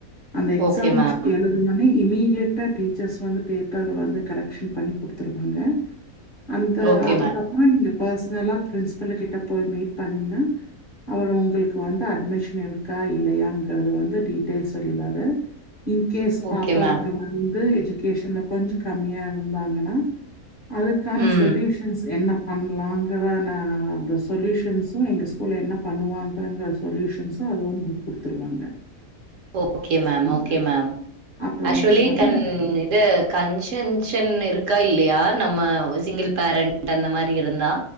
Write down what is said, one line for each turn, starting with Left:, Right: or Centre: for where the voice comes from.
Left: அந்த எக்ஸாம்ஸ்
Right: ஓகே மேம்.
Left: எழு இல்லனா இமீடியட்டா டீச்சர்ஸ் வந்து பேப்பர் வந்து கரெக்க்ஷன் பண்ணி குடுத்துருவாங்க அந்த
Right: ஓகே
Left: அதுக்கப்றோ
Right: மேம்.
Left: நீங்க பர்சனலா பிரின்ஸ்பல்ல கிட்ட போய் மீட் பண்ணீங்னா அவரு உங்களுக்கு வந்து அட்மிஷன் இருக்கா இல்லையாங்கறது வந்து டீட்டெயல் சொல்லிர்வாரு இன்கேஸ்
Right: ஓகே
Left: பாப்பா
Right: மேம்.
Left: அவங்க வந்து எஜிகேஷன்ல கொஞ்ச கம்மியா இருந்தாங்கனா அதுக்கான
Right: ம்.
Left: சொல்யூஷன்ஸ் என்ன பண் லாங்கிற வ ந அந்த சொல்யூஷன்ஸு எங்க ஸ்கூல என்ன பண்ணுவாங்கங்கற சொல்யூஷன்ஸு அது உங்களுக்கு குடுத்துருவாங்க
Right: ஓகே மேம்
Left: சரிங்களா?
Right: ஓகே மேம்
Left: அப்புறம்
Right: ஆக்சுவலி
Left: உங்களுக்கு வந்து
Right: க இது கன்ஷன்ஷன் இருக்கா இல்லையா நம்ம சிங்கிள் பேரண்ட் அந்த மாரி இருந்தா